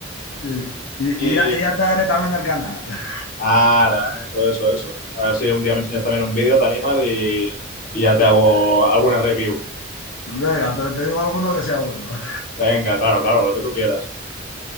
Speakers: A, on the left; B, on the left.
A: Sí. Y,
B: Y
A: y ya, y ya te daré también el canal. <laughs>
B: ahora, eso, eso, eso. A ver si un día me enseñas también un vídeo, te animas y, y ya te hago alguna review.
A: Venga, pero te digo alguno que sea bueno. <laughs>
B: Venga, claro, claro, lo que tú quieras.